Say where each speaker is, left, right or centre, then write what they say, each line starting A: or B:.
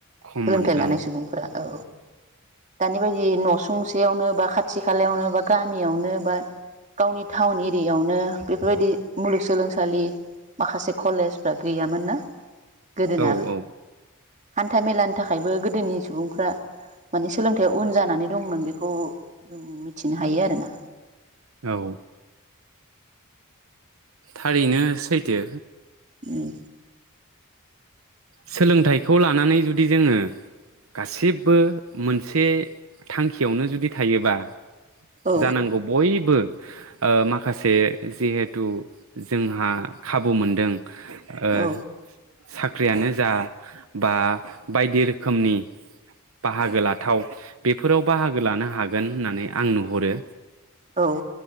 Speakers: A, on the right; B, on the right.
A: खममोन
B: सोलोंथाइ लानाय
A: औ
B: सुबुंफोरा औ दानि बायदि न'सुंसे यावनो बा खाथि खालायावनो बा गामियावनो बा गावनि टाउन एरियायावनो बेफोरबायदि मुलुगसोलोंसालि माखासे कलेजफ्रा गैयामोन ना गोदोना
A: औ औ
B: हान्था मेलानि थाखायबो गोदोनि सुबुंफ्रा माने सोलोंथाइया उन जानानै दंमोन बेखौ ओं मिथि इनो हायो आरो ना
A: औ थारैनो सैथो
B: उम
A: सोलोंथाइखौ लानानै जुदि जोङो गासिबो मोनसे थांखियावनो जुदि थायोबा
B: औ
A: जानांगौ बयबो ओ माखासे जिहेथु जोंहा खाबु मोनदों ओ
B: औ
A: साख्रियानो जा बा बायदि रोखोमनि बाहागो लाथाव बेफोराव बाहागो लानो हागोन होननानै आं नुहरो।
B: औ